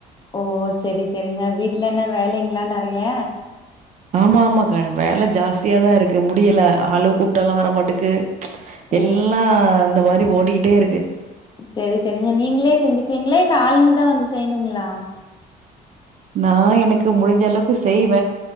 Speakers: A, on the left (about 25°); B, on the right (about 45°).
A: ஓ சரி சரிங்க வீட்ல என்ன வேலைங்ளா நறைய
B: ஆமா ஆமா க வேலை ஜாஸ்தியாதா இருக்கு முடில ஆளு கூப்ட்டால்லா வரமாட்டுக்கு
A: ஓ
B: எல்லா இந்த மாரி ஓடிகிட்டே இருக்கு
A: சரி சரிங்க நீங்ளே செஞ்சுக்குவீங்ளா இல்ல ஆளுங்கதா வந்து செய்ணுங்ளா
B: நா எனக்கு முடிஞ்ச அளவுக்கு செய்வ